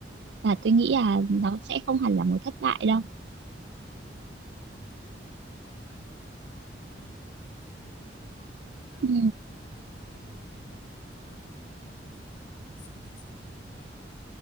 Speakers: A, on the right; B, on the left.
A: và tôi nghĩ là
B: ừ,
A: nó sẽ không hẳn là một thất bại đâu
B: ừ, Tường hiểu. Còn một cái nữa Tường muốn nói, không biết là Nhung có cảm thấy đúng không? Đấy là
A: ừ
B: hầu hết các cái mối quan hệ tan vỡ ấy, nó không phải sự nảy sinh từ vấn đề